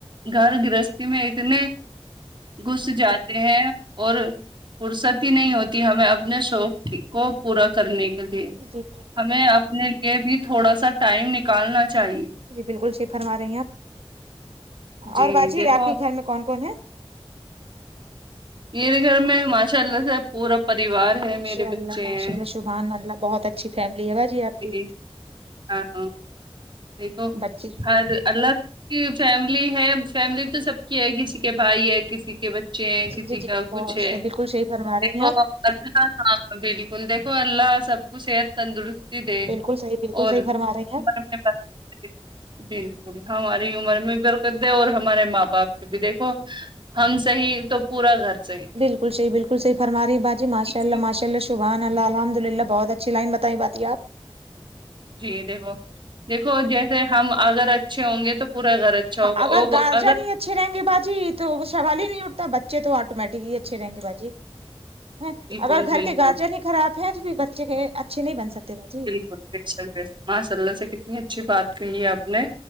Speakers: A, on the right (about 50°); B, on the right (about 70°).
A: گھر گرستی میں اتنے گھس جاتے ہیں اور فرصت ہی نہیں ہوتی ہمیں اپنے شوق کو پورا کرنے کے لیے
B: جی
A: ہمیں اپنے لیے بھی تھوڑا سا ٹائم نکالنا چاہیے
B: جی بالکل صحیح فرما رہے ہیں آپ
A: جی
B: اور باجی
A: دیکھو
B: آپ کے گھر میں کون کون ہے
A: میرے گھر میں ماشاء اللہ سےب پورا پاریوار ہے
B: ماشاء
A: میرے
B: اللہ
A: بچے
B: ماشاء
A: ہیں
B: اللہ شبحان اللہ بہت اچھی فیملی ہے باجی آپ کی
A: ج ہاں ہاں دیکھو
B: بچے
A: اللہ فیملی ہے فیملی تو سب کی ہے کسی کے بھائی ہے کسی کے بچے بچ
B: جی
A: کسی
B: جی جی
A: کا
B: بہت
A: کچھ ہے
B: سے بالکل صحیح فرما رہی
A: دیکھو
B: ہیں آپ
A: ہاں ہاں بالکل دیکھو اللہ سب کو صحت تندرست دے
B: بالکل صحیح بالکل
A: اور
B: صحیح فرما رہی ہیں آپ
A: برکت بالکل ہماری عمر میں بھی برکت ہے اور ہمارے ماں باپ کو بھی دیکھو ہم صحیح تو پورا گھر صحیح
B: بالکل صحیح بالکل صحیح فرما رہی باجی ماشااللہ
A: اس-
B: ماشاللہ شبان اللہ الحمد للہ بہت اچھی لائن بتائی باجی آپ
A: جی دیکھو دیکھو جیسے ہم اگر اچھے ہوں گے تو پورا گھر اچھا ہوگا
B: اگر
A: اور
B: گارجن
A: اگر
B: ہی اچھے رہیں گے باجی تو وہ سوال ہی نہیں اٹھتا بچے تو آٹومیٹکلی اچھے ہی رہیں گے باجی جی
A: بالکل
B: اگر گھر
A: بالکل
B: کے گارجن ہی خراب ہے تو بچے اچھے نہیں بن سکتے باجی
A: ماشا اللہ سے کتنی اچھی بات کہی ہے آپ نے